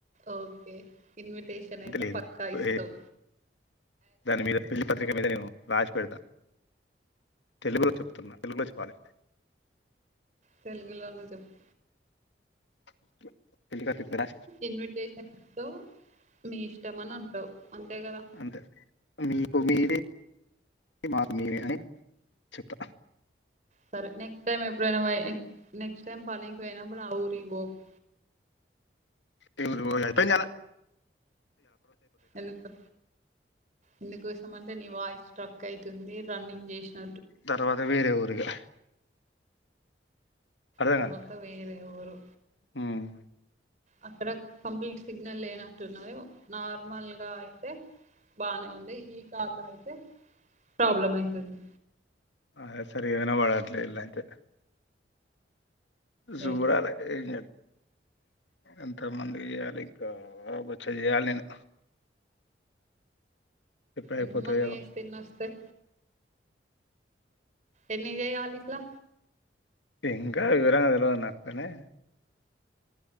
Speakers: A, on the right; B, on the left.
A: ఓకే ఇన్విటేషన్ అయితే
B: లేదు
A: పక్కా ఇస్తాం
B: ఏ దాని మీద పిల్లి పత్రిక మీదనే రాసి పెడతా తెలుగులో చెప్తున్నా తెలుగులో చెప్పాలి
A: తెలుగులోన చెప్పు
B: <inaudible> తెళ్లి క రా
A: ఇన్విటేషన్ ఇస్తావు మీ ఇష్టం అని అంటావు. అంతే కదా
B: అంతే మ్మ్ కు మీది మాకు మీరే అని చెప్ప
A: సరే నెక్స్ట్ టైం ఎప్పుడైనా నెక్స్ట్ టైం పనికి పోయినప్పుడు ఆ ఊరికి ఒకు
B: ఏ ఊరికి పోను అయిపోయిందడ
A: ఎందుకు ఎందుకోసం అంటే నీ వాయిసు స్ట్రక్ అయి తుంది రన్నింగ్ చేసిన
B: తర్వాత వేరే ఊరిగా అర్థం
A: తర్వాత
B: కాలే
A: వేరే ఊరు
B: ఉమ్
A: అక్కడ కంప్లీట్ సిగ్నల్ లేనట్టున్నది నార్మల్గా అయితే బానే ఉంది ఈ కాలో అయితే ప్రాబ్లం అయితుంది.
B: అ సరే ఏవనా బాళద్లే ఇల్లైతే జుబరాలే
A: ఎస్
B: ఎం ఎంతమందికి చేయాలి ఇంకా వచ్చే బోచెడు చేయాలి నేను ఎప్పుడు అయిపోతాయో
A: ఎంత మందికి చేస్తే ఎన్ని వస్తయి ఎన్ని చేయాలి ఇట్లా
B: ఇంకా వివరంగా తెలువది నాకు గాని